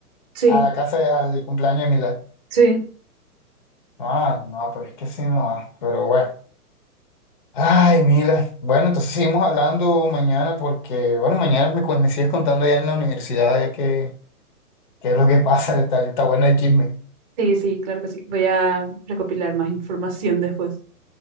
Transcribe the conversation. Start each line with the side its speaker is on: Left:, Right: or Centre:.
Right: Sí,
Left: a la casa, de- al cumpleaños de Mila.
Right: sí,
Left: Ah, no, pero es que sí, no. ah, Pero bueno. Ay, Mila. Bueno, entonces seguimos hablando mañana porque, bueno, mañana me, cu- me sigues contando allá en la universidad de qué, qué es lo que pasa. Está, está bueno el chisme.
Right: sí, sí, claro que sí. Voy a recopilar más información después.